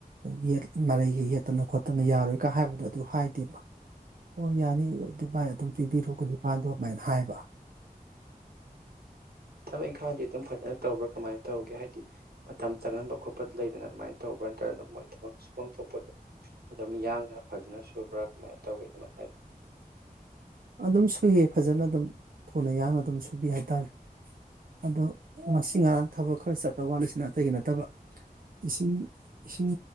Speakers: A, on the right; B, on the right.
A: ꯌꯦꯠ ꯃꯔꯩꯒ ꯌꯦꯠꯇꯅ ꯈꯣꯠꯇꯅ ꯌꯥꯔꯣꯏꯀ ꯍꯥꯏꯕꯗꯣ ꯑꯗꯨ ꯍꯥꯏꯗꯦꯕ ꯑꯣ ꯌꯥꯅꯤ ꯑꯗꯨ ꯕꯥꯥꯏ ꯑꯗꯨꯝ ꯄꯤꯕꯤꯔꯣ ꯀꯨꯟ ꯅꯤꯄꯥꯜꯗꯣ ꯑꯗꯨꯃꯥꯏꯅ ꯍꯥꯏꯕ
B: ꯊꯕꯛ ꯏꯪꯈꯥꯡꯗꯤ ꯑꯗꯨꯝ ꯐꯖꯅ ꯇꯧꯕ꯭ꯔꯥ ꯀꯃꯥꯏꯅ ꯇꯧꯒꯦ ꯍꯥꯏꯗꯤ ꯃꯇꯝ ꯆꯪꯍꯟꯕ ꯈꯣꯠꯄ ꯂꯩꯗꯅ ꯑꯗꯨꯃꯥꯏꯅ ꯇꯧꯕ꯭ꯔꯥ ꯅꯠꯇꯅ ꯃꯣꯏ ꯊꯕꯛ ꯁꯨꯐꯝ ꯊꯣꯛꯄꯗꯣ ꯑꯗꯨꯝ ꯌꯥꯡꯅ ꯐꯖꯅ ꯁꯨꯕ꯭ꯔꯥ ꯀꯃꯥꯏꯅ ꯇꯧꯋꯤ ꯑꯗꯨꯃꯥꯏ ꯍꯥꯏ
A: ꯑꯗꯨꯝ ꯁꯨꯏꯌꯦ ꯐꯖꯅ ꯑꯗꯨꯝ ꯊꯨꯅ ꯌꯥꯡꯅ ꯑꯗꯨꯝ ꯁꯨꯕꯤ ꯍꯥꯏꯇꯥꯔꯦ ꯑꯗꯣ ꯉꯁꯤ ꯉꯔꯥꯡ ꯊꯕꯛ ꯈꯔ ꯆꯠꯂ ꯋꯥꯠꯂꯤꯁꯤꯅ ꯑꯇꯩꯒꯤ ꯅꯠꯇꯕ ꯏꯁꯤꯡ ꯏꯁꯤꯡ